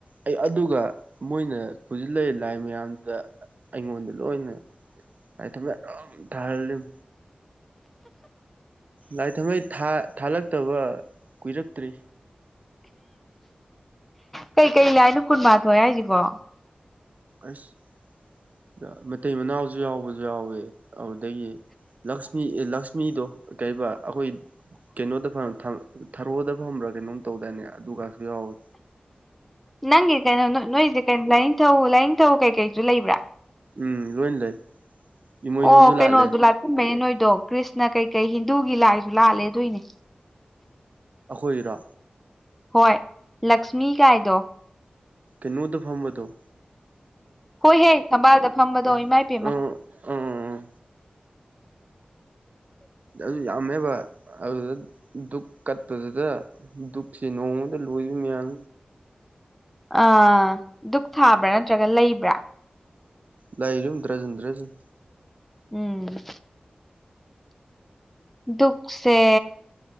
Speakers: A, on the right; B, in the centre.
A: ꯑꯩ ꯑꯗꯨꯒ ꯃꯣꯏꯅ ꯄꯨꯁꯤꯜꯂꯏ ꯂꯥꯏ ꯃꯌꯥꯝꯗꯨꯗ ꯑꯩꯉꯣꯟꯗ ꯂꯣꯏꯅ ꯑꯩ ꯊ ꯑꯦꯝ ꯊꯥꯔꯝ ꯂꯥꯏ ꯊꯝꯃꯩ ꯊꯥꯂꯛꯇꯕ ꯀꯨꯏꯔꯛꯇ꯭ꯔꯤ
B: ꯀꯩꯀꯩ ꯂꯥꯏꯅꯨ ꯀꯨꯟꯃꯊꯣꯏꯑꯦ ꯍꯥꯏꯁꯤꯕꯣ
A: ꯑꯁ ꯃꯇꯩ ꯃꯅꯥꯎꯁꯨ ꯌꯥꯎꯕꯁꯨ ꯌꯥꯎꯋꯦ ꯑꯗꯨꯗꯒꯤ ꯂꯛꯁꯃꯤ ꯂꯛꯁꯃꯤꯗꯣ ꯀꯩꯔꯤꯕ ꯑꯩꯈꯣꯏ ꯀꯩꯅꯣꯗ ꯊꯔꯣꯗ ꯐꯪꯕ꯭ꯔꯥ ꯀꯩꯅꯣꯝ ꯇꯧꯗꯅꯦ ꯑꯗꯨꯒꯒꯁꯨ ꯌꯥꯎꯋꯤ
B: ꯅꯪꯒꯤ ꯀꯩꯅꯣ ꯅꯣꯏꯁꯦ ꯀꯩꯅꯣ ꯂꯥꯏꯅꯤꯡꯊꯧ ꯂꯥꯏꯅꯤꯡꯊꯧ ꯀꯩꯀꯩꯁꯨ ꯂꯩꯕ꯭ꯔꯥ
A: ꯎꯝ ꯂꯣꯏꯅ ꯂꯩ ꯏꯃꯣꯏꯅꯨꯁꯨ
B: ꯑꯣ ꯀꯩꯅꯣꯗꯨ
A: ꯂꯥꯠꯂꯦ
B: ꯂꯥꯠꯆꯟꯕꯅꯦ ꯅꯣꯏꯗꯣ ꯀ꯭ꯔꯤꯁꯅ ꯀꯩꯀꯩ ꯍꯤꯟꯗꯨꯒꯤ ꯂꯥꯏꯁꯨ ꯂꯥꯠꯂꯦ ꯑꯗꯨꯣꯏꯅꯦ
A: ꯑꯩꯈꯣꯏꯔꯣ
B: ꯍꯣꯏ ꯂꯛꯁꯃꯤ ꯀꯥꯏꯗꯣ
A: UNINTELLIGIBLE ꯐꯝꯕꯗꫭ
B: ꯍꯣꯏꯍꯦ ꯊꯝꯕꯥꯜꯗ ꯐꯝꯕꯗꯣ
A: ꯎꯝ
B: ꯏꯃꯥ ꯄꯦꯃꯥ
A: ꯎꯝ ꯎꯝ ꯑꯗꯨ ꯌꯥꯝꯃꯦꯕ ꯑꯗꯨꯗ ꯗꯨꯛ ꯀꯠꯄꯗꯨꯗ ꯗꯨꯛꯁꯤ ꯅꯣꯡꯃꯗ ꯂꯣꯏꯕ ꯃꯌꯥꯝ
B: ꯑ ꯙꯨꯛ ꯊꯥꯕ꯭ꯔꯥ ꯅꯠꯇ꯭ꯔꯒ ꯂꯩꯕ꯭ꯔꯥ
A: ꯂꯩꯥꯏꯔꯝ ꯗ꯭ꯔꯖꯟꯗ꯭ꯔꯖꯟ
B: ꯎꯝ ꯗꯨꯈꯁꯦ